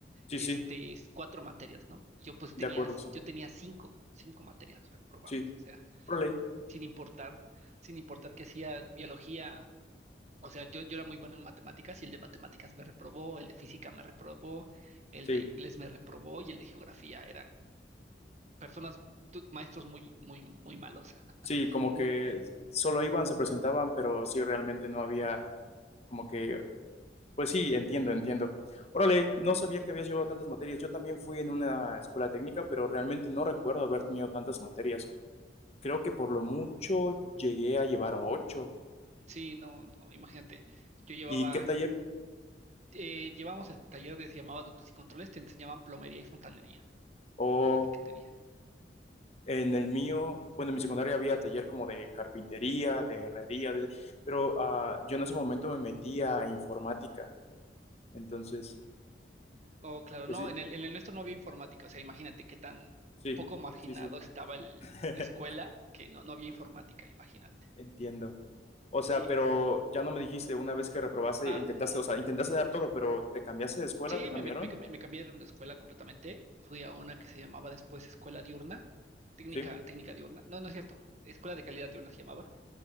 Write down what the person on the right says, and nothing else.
este,
es cuatro materias, ¿no? Yo pues
tenías,
yo tenía cinco, cinco materias reprobadas,
o sea,
sin importar, sin importar que hacía biología. O sea, yo, yo era muy bueno en matemáticas y el de matemáticas me reprobó, el de física me reprobó, el
de inglés me reprobó y el de geografía personas, tu- maestros muy, muy, muy malos.
Muy,
sí, no, no, imagínate. Yo llevaba,
eh, llevábamos el taller de se llamaba ductos y controles, te enseñaban plomería y fontanería, ¿no?
era el que tenía.
Oh, claro,
no,
en el, en el nuestro no había informática, o sea, imagínate qué tan
poco marginado
estaba el-
la escuela que no, no había informática, imagínate.
Sí.
Ah,
mu-
sí,
me, me, me- me cambiaron de escuela completamente. Fui a una que se llamaba después Escuela Diurna, técnica,
técnica diurna. No, no es cierto. Escuela de Calidad Diurna se llamaba.